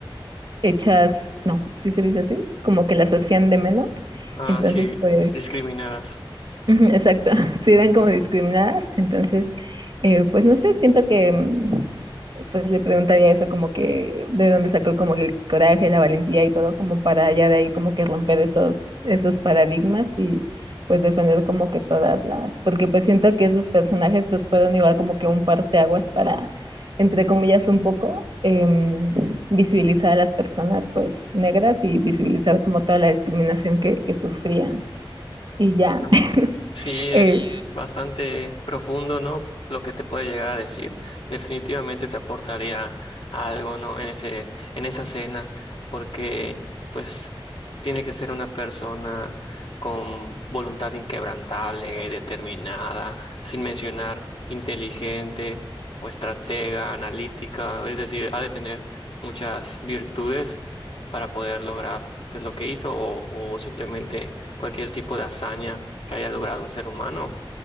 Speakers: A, on the right; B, on the left.
A: hechas, no, si ¿sí se dice así, como que las hacían de menos.
B: Ah,
A: Entonces,
B: sí,
A: pues,
B: discriminadas.
A: ujú, exacto, <laughs> si eran como discriminadas. Entonces, eh, pues no sé, siento que mm, pues le preguntaría eso como que de dónde sacó como que el coraje, la valentía y todo como para ya de ahí como que romper esos, esos paradigmas y pues defender como que todas las, porque pues siento que esos personajes pues fueron igual como que un parteaguas para, entre comillas, un poco em, visibilizar a las personas pues negras y visibilizar como toda la discriminación que, que sufrían. Y ya,
B: ¿no?
A: <laughs>
B: Sí, es
A: Eh,
B: bastante profundo, ¿no? Lo que te puede llegar a decir. Definitivamente te aportaría algo, ¿no? En ese, en esa cena, porque pues tiene que ser una persona con voluntad inquebrantable, determinada, sin mencionar inteligente o estratega, analítica, es decir, ha de tener muchas virtudes para poder lograr pues lo que hizo o o simplemente cualquier tipo de hazaña que haya logrado un ser humano